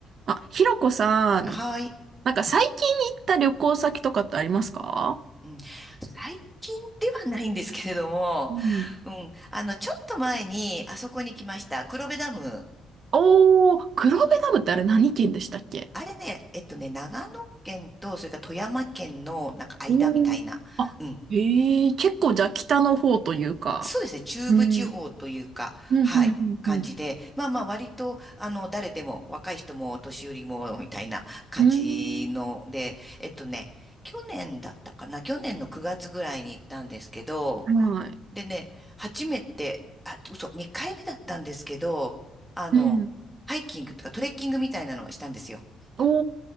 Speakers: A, on the right; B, in the centre.
A: あ、ひろこさん、
B: はい。
A: なんか最近行った旅行先とかってありますか
B: うん。最近ではないんですけれども、
A: うん。
B: うん。あの、ちょっと前に、あそこに来ました。黒部ダム。
A: おー、黒部ダムってあれ何県でしたっけ
B: あれね、えっとね、長野県と、それから富山県の、なんか間みたいな。
A: おーあ、
B: うん。
A: へえ、結構じゃあ北の方というか。
B: そうですね。中部地方というか、
A: うん。うん、うん、
B: はい。感じで。
A: うん、
B: まあまあ、割と、あの、誰でも、若い人も、お年寄りも、みたいな感じので、
A: うん。う
B: えっとね、去年だったかな。去年の9月ぐらいに行ったんですけど、
A: ーん。はい。
B: でね、初めて、あ、嘘、2回目だったんですけど、あの、
A: うん。
B: ハイキングとかトレッキングみたいなのをしたんですよ。
A: お